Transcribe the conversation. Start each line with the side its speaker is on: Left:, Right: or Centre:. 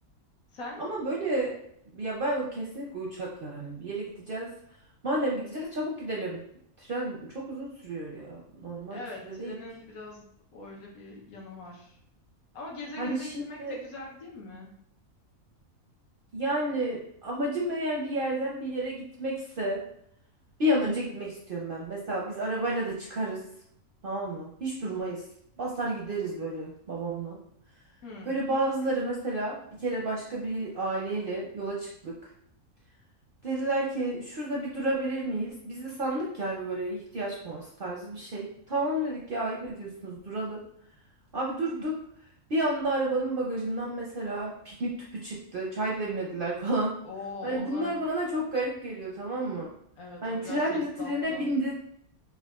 Left: Sen?
Right: Ama böyle ya ben kesinlikle uçak yani. Bir yere gideceğiz. Madem gideceğiz çabuk gidelim. Tren çok uzun sürüyor ya. Normal
Left: Evet,
Right: bir süre
Left: trenin
Right: değil.
Left: biraz öyle bir yanı var. Ama geze
Right: Hani
Left: geze
Right: şimdi
Left: gitmek de güzel değil mi?
Right: yani amacım eğer bir yerden bir yere gitmekse bir an önce gitmek istiyorum ben. Mesela biz arabayla da çıkarız. Tamam mı? Hiç durmayız. Basar gideriz böyle babamla.
Left: Hmm.
Right: Böyle bazıları mesela bir kere başka bir aileyle yola çıktık. Dediler ki şurada bir durabilir miyiz? Biz de sandık ki hani böyle ihtiyaç molası tarzı bir şey. Tamam dedik ya ayıp ediyorsunuz duralım. Abi durduk. Bir anda arabanın bagajından mesela piknik tüpü çıktı. Çay demlediler falan.
Left: Oo,
Right: <laughs> Hani
Left: onlar
Right: bunlar bana çok garip geliyor tamam mı?
Left: evet
Right: Hani
Left: o biraz
Right: tren
Left: tesisatlı.
Right: de trene bindin.